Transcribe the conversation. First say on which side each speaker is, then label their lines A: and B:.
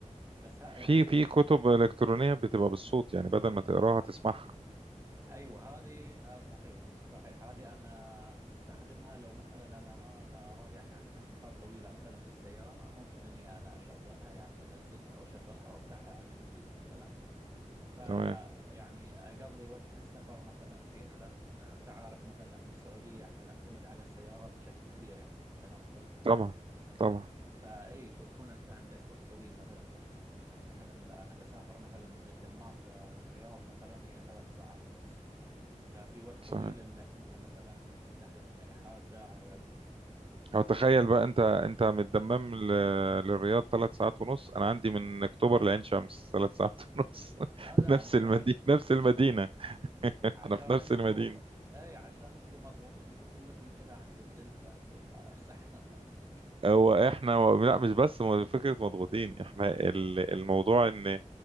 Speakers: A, on the right; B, on the right.
A: بس ها
B: في
A: يعني
B: في كتب الكترونيه بتبقى بالصوت يعني بدل ما تقراها تسمعها
A: ايوه هذه آه، صحيح صحيح هذه انا استخدمها لو مثلا انا ما آه، رايح يعني مسافات طويله مثلا بالسياره ممكن اني انا اشغلها يعني انزلها واشغلها وافتحها على اليوتيوب مثلا فيعني
B: تمام
A: اقضي وقت السفر مثلا فيها لان انت عارف مثلا احنا السعوديه احنا نعتمد على السيارات بشكل كبير يعني في التنقل
B: طبعا طبعا
A: فاي فيكون انت عندك وقت طويل مثلا لو لو مثلا ب- انا بسافر مثلا من الدمام الى الرياض مثلا هي ثلاث ساعات ونص ففي وقت
B: صحيح
A: طويل انك انت مثلا تفتح لك اي حاجه على النت
B: او تخيل بقى انت انت من الدمام ل- للرياض ثلاث ساعات ونص انا عندي من اكتوبر لعين شمس ثلاث ساعات ونص <laughs>
A: اه لا
B: نفس
A: انتوا
B: المدينه
A: على
B: نفس المدينه <laughs>
A: عشان
B: انا في نفس
A: انتوا
B: المدينه
A: اي عشان انتوا مضغوطين انتوا كلكم كذا عند الدلتا انتوا فصح <laughs> عندك
B: هو احنا لا مش بس فكره مضغوطين احنا ال- الموضوع ان